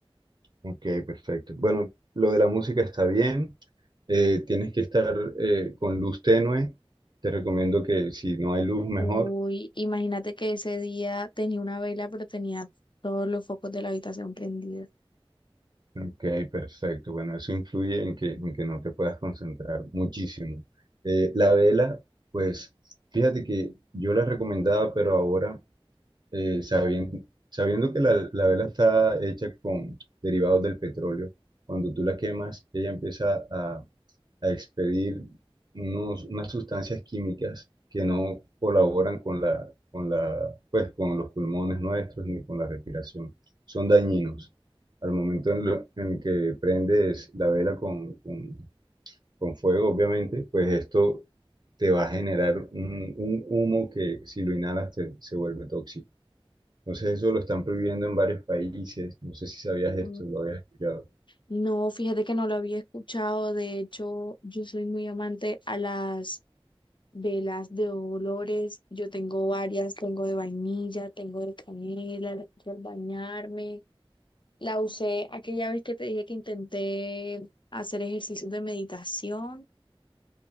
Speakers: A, on the right; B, on the left.
A: Ok, perfecto. Bueno, lo de la música está bien. Eh, tienes que estar eh, con luz tenue. Te recomiendo que si no hay luz, mejor.
B: Uy, imagínate que ese día tenía una vela, pero tenía todos los focos de la habitación prendidos.
A: Ok, perfecto. Bueno, eso influye en que, en que no te puedas concentrar muchísimo. Eh, la vela, pues fíjate que yo la recomendaba, pero ahora eh, sabien- sabiendo que la, la vela está hecha con derivados del petróleo, cuando tú la quemas, ella empieza a, a expedir unos- unas sustancias químicas que no colaboran con la, con la, pues, con los pulmones nuestros ni con la respiración. Son dañinos. Al momento en, lo- en que prendes la vela con, con- con fuego, obviamente, pues esto te va a generar un, un humo que si lo inhalas te- se vuelve tóxico. Entonces eso lo están prohibiendo en varios países. No sé si sabías esto,
B: Ok,
A: lo habías escuchado.
B: No, fíjate que no lo había escuchado, de hecho, yo soy muy amante a las velas de olores. Yo tengo varias, tengo de vainilla, tengo de canela, la uso al bañarme. La usé aquella vez que te dije que intenté hacer ejercicios de meditación.